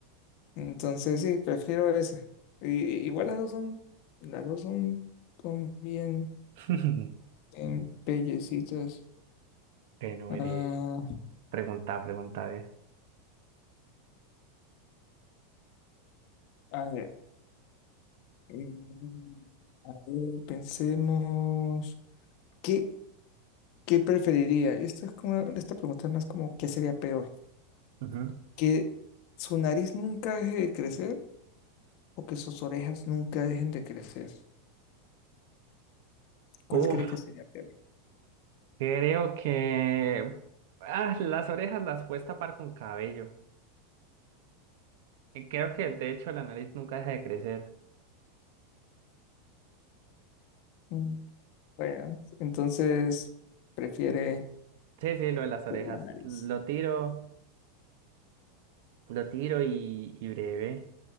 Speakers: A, on the left (about 55°); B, on the right (about 70°).
A: Entonces, sí, prefiero esa. Y, y- igual las dos son, las dos son, son bien,
B: <laughs>
A: bien pellecitas.
B: Bueno,
A: Ah,
B: iré. Pregunta, pregunta, eh.
A: A ver, mm, a ver, pensemos, ¿qué, qué preferiría? Y Esto es como, esta pregunta es más como, ¿qué sería peor?
B: Ujú.
A: ¿Que su nariz nunca deje de crecer o que sus orejas nunca dejen de crecer? ¿Cuál
B: Uf,
A: cree que sería peor?
B: creo que ah, las orejas las puedes tapar con cabello. Y creo que de hecho la nariz nunca deja de crecer.
A: Mm, Bueno, entonces prefiere
B: Sí, sí, lo de las orejas.
A: la nariz.
B: Lo tiro. Lo tiro y, y breve.